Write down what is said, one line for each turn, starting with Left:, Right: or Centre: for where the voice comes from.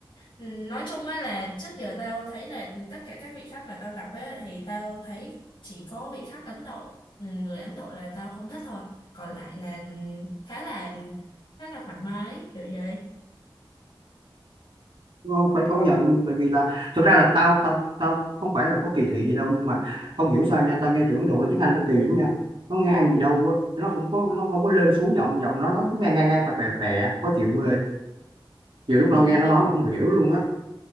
Left: Ừ, nói chung á là trước giờ tao thấy là tất cả các vị khách mà tao gặp á thì tao thấy chỉ có vị khách Ấn Độ ừ, người Ấn Độ là tao không thích thôi còn lại là ừ, khá là khá là thoải mái kiểu vậy
Right: Ờ, phải công
Left: Ủa,
Right: nhận tại vì là thực ra là tao tao tao không phải là có kỳ thị gì đâu nhưng mà không hiểu sao nha tao nghe tụi Ấn Độ nói tiếng Anh nó kỳ lắm nha nó ngang gì đâu á nó không có nó không có lên xuống giọng giọng nó nó cứ ngang ngang ngang phè phè phè khó chịu ghê nhiều lúc nó
Left: ừ,
Right: nghe nó
Left: đúng
Right: nói mà không hiểu luôn á